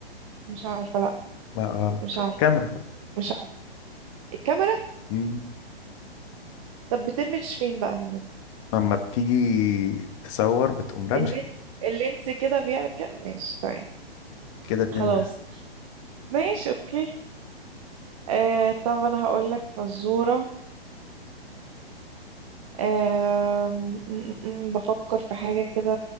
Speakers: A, on the right; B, on the left.
A: مش عارفة لا
B: لا غلط
A: مش عارفة
B: الكاميرا
A: مش عارفة الكاميرا
B: مم.
A: طب بترمش فين بقى والنبي؟
B: لما بتيجي تصور بتقوم رمشة
A: اللين- اللينس كده بيعمل كده ماشي تمام
B: كده اتنين
A: خلاص
B: واحد
A: ماشي اوكي آه طب انا هقول لك فزورة آه م- م- م- بفكر في حاجة كده